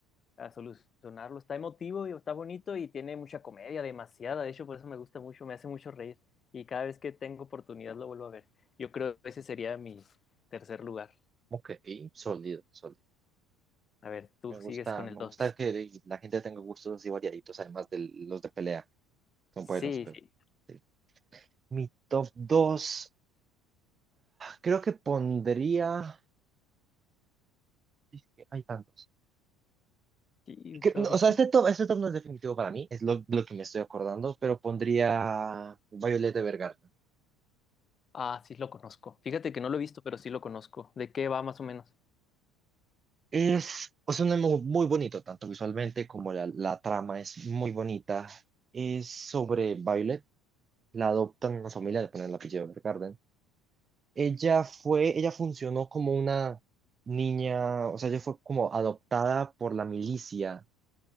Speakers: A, on the left (about 35°); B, on the right (about 30°).
A: a, a solucionarlo. Está emotivo y está bonito y tiene mucha comedia, demasiada. De hecho, por eso me gusta mucho, me hace mucho reír. Y cada vez que tengo oportunidad lo vuelvo a ver. Yo creo que ese sería mi tercer lugar.
B: Ok, sólido, sólido.
A: A ver, tú
B: Me gusta,
A: sigues con
B: me
A: el dos.
B: gusta que la gente tenga gustos así variaditos, además de los de pelea. Son
A: Sí,
B: buenos, pero
A: sí.
B: sí. Mi top 2, creo que pondría. es que Hay tantos.
A: Sí, un
B: Que-
A: chorro.
B: no, o
A: <laughs>
B: sea, este top, este top no es definitivo para mí, es lo, lo que me estoy acordando, pero pondría Violet Evergarden.
A: Ah, sí lo conozco. Fíjate que no lo he visto, pero sí lo conozco. ¿De qué va más o menos?
B: Es, o sea, un anime muy bonito, tanto visualmente como la, la trama es muy bonita. Es sobre Violet, la adoptan una familia, le ponen el apellido Evergarden Ella fue, ella funcionó como una niña, o sea, ella fue como adoptada por la milicia,